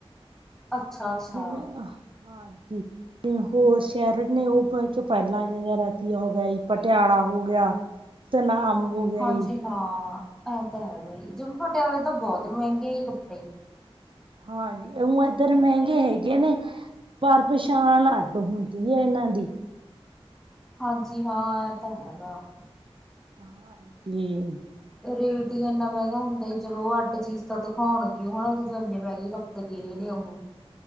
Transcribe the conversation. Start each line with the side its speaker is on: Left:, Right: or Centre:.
Centre: ਅੱਛਾ। ਅੱਛਾ
Right: ਜਿਵੇਂ ਹਾਂ ਜੀ ਜਿਵੇ ਹੋਰ ਸ਼ਹਿਰ ਨੇ, ਉਹ ਚ ਪਹਿਲਾਂ ਰਤੀਆ ਹੋ ਗਿਆ ਪਟਿਆਲਾ ਹੋ ਗਿਆ ਤੇ ਧਨਾਮ ਹੋ ਗਿਆ
Centre: ਹਾਂਜੀ
Right: ਜੀ
Centre: ਹਾਂ ਐਂ ਤਾਂ ਹੈਗਾ ਹੀ, ਜਿਵੇਂ ਪਟਿਆਲੇ ਤੋਂ ਬਹੁਤ ਮਹਿੰਗੇ ਹੀ ਕੱਪੜੇ
Right: ਹਾਂਜੀ ਜੀ ਏ ਇੱਧਰ ਮਹਿੰਗੇ ਹੈਗੇ ਨੇ ਪਰ ਪਛਾਣ ਅੱਡ ਹੁੰਦੀ ਹੈ ਇਹਨਾਂ ਦੀ
Centre: ਹਾਂਜੀ ਹਾਂ ਇਹ ਤਾਂ ਹੈਗਾ।
Right: <unintelligible>
Centre: ਰੇਟ ਹੀ ਇੰਨਾ ਮਹਿੰਗਾ ਹੁੰਦਾ ਜੀ ਚਲੋ ਉਹ ਅੱਡ ਚੀਜ਼ ਤਾਂ ਦਿਖਾਉਣਗੇ ਉਹ ਹਨਾ ਜਦੋਂ ਇੰਨੇ ਮਹਿਗੇ ਕੱਪੜੇ ਦੇ ਰਹੇ ਨੇ ਉਹ